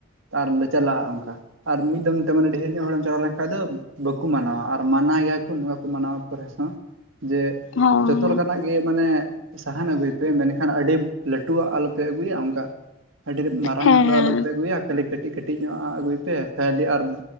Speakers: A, on the right; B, on the left.
A: ᱟᱨᱞᱮ ᱪᱟᱞᱟᱜᱼᱟ ᱚᱝᱠᱟ᱾ ᱟᱨ ᱢᱤᱫ ᱫᱚᱢ ᱢᱮᱛᱟᱜᱼᱢᱮ ᱚᱱᱮ ᱰᱷᱮᱨ ᱧᱚᱜ ᱦᱚᱲᱮᱢ ᱪᱟᱞᱟᱣ ᱞᱮᱱᱠᱷᱟᱡ ᱫᱚ ᱵᱟᱠᱚ ᱢᱟᱱᱟᱣᱟ ᱟᱨ ᱢᱟᱱᱟᱣ ᱜᱮᱭᱟ ᱠᱚ ᱱᱚᱣᱟ ᱠᱚ ᱢᱟᱱᱟᱣᱟ ᱯᱚᱨᱮᱥ ᱦᱚᱸ ᱡᱮ
B: ᱦᱮᱸ ᱦᱚᱸ
A: ᱡᱷᱚᱛᱚ ᱞᱮᱠᱟᱱᱟᱜ ᱜᱮ ᱢᱟᱱᱮ ᱥᱟᱦᱟᱱ ᱟᱹᱜᱩᱭ ᱯᱮ ᱢᱮᱱᱠᱷᱟᱱ ᱟᱹᱰᱤ ᱞᱟᱹᱴᱩᱣᱟᱜ ᱟᱞᱚᱯᱮ ᱟᱹᱜᱩᱭᱟ ᱚᱱᱠᱟ ᱟᱹᱰᱤᱨᱮᱯ ᱢᱟᱨᱟᱝ
B: ᱦᱮᱸ
A: ᱟᱜ
B: ᱦᱮᱸ
A: ᱫᱚ ᱟᱞᱚᱯᱮ ᱟᱹᱜᱩᱭᱟ᱾ ᱠᱷᱟᱹᱞᱤ ᱠᱟᱹᱴᱤᱡ ᱠᱟᱹᱴᱤᱡ ᱧᱚᱜᱼᱟ ᱟᱹᱜᱩᱭ ᱯᱮ ᱠᱷᱟᱹᱞᱤ ᱟᱨ